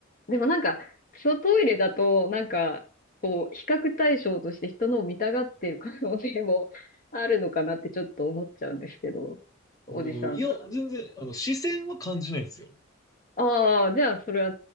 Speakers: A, on the left; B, on the left.
A: でもなんか、そうトイレだと、なんか、こう、比較対象として人のを見たがってる可能性も <laughs> あるのかなってちょっと思っちゃうんですけど、おじさんが。
B: おーいや、全然、あの、視線は感じないんですよ。
A: ああ、じゃあそれは